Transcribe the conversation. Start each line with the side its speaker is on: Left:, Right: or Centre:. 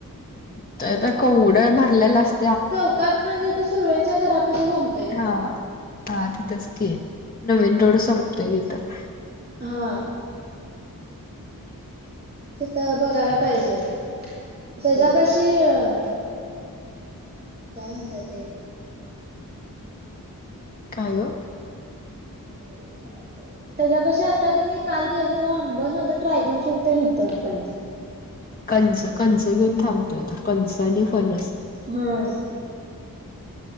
Left: त्यात कवड्या भरलेला अस
Right: चौकात म्हणजे तो सुर्व्यांच्या घरापशी थांब
Left: हा हा तिथंच की, नवीन रोड संपतोय तिथं.
Right: हा. तिथं बघायला पाहिजे. तेज्यापाशी हुं. काय म्हणत्यात ते.
Left: काय ग?
Right: अ <unintelligible> त्याच्यापाशी आता कनी काल गेलो, तेव्हा आंब नव्हतं ड्रॅगन फ्रूट तेन होतं. कणीस
Left: कणसं कणसं घेऊन थांबतोय तो. कणसं आणि फणस.
Right: हुं.